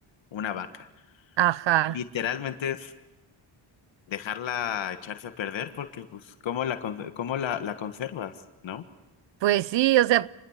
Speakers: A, on the left; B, on the right.
A: una vaca.
B: ajá.
A: Literalmente es dejarla echarse a perder porque, pues, ¿cómo la, cons- cómo la, la conservas, ¿no?
B: Pues sí, o sea,